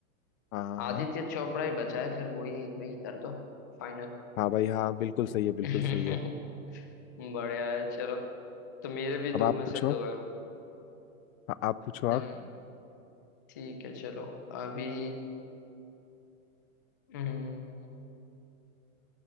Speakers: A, on the left (about 70°); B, on the left (about 15°).
A: हाँ हाँ
B: आदित्य
A: हाँ
B: चोपड़ा ही बचा है फिर वही वही कर दो फाइनल
A: हाँ भाई हाँ बिल्कुल सही है बिल्कुल
B: <laughs>
A: सही है
B: बढ़िया है चलो तो मेरे भी
A: अब
B: दो
A: आप
B: में से
A: पूछो
B: दो है
A: हाँ, आप पूछो
B: एकदम
A: आप
B: ठीक है चलो अभी हम्म,